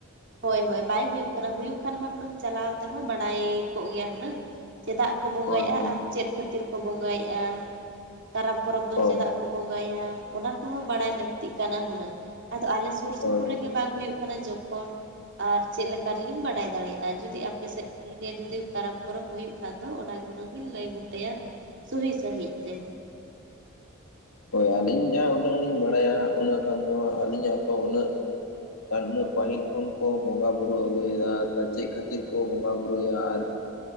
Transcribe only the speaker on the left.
ᱦᱳᱭ ᱦᱳᱭ
ᱦᱳᱭ
ᱦᱳᱭ
ᱦᱳᱭ ᱟᱹᱞᱤᱧ ᱡᱟᱦᱟᱸ ᱩᱰᱟᱹᱝ ᱞᱤᱧ ᱵᱟᱲᱟᱭᱟ ᱚᱱᱟᱹ ᱠᱷᱟᱱ ᱫᱚ ᱟᱹᱞᱤᱧᱟᱜ ᱛᱚ ᱩᱱᱟᱹᱜ ᱟᱱ ᱩᱱᱟᱹᱜ ᱯᱟᱹᱦᱤᱞ ᱠᱷᱚᱱ ᱠᱚ ᱵᱚᱸᱜᱟ ᱵᱩᱨᱩ ᱟᱹᱜᱩᱭᱮᱫᱟ ᱛᱚ ᱪᱮᱫ ᱠᱷᱟᱹᱛᱤᱨ ᱠᱚ ᱵᱚᱸᱜᱟ ᱵᱩᱨᱩᱭᱟ ᱟᱨ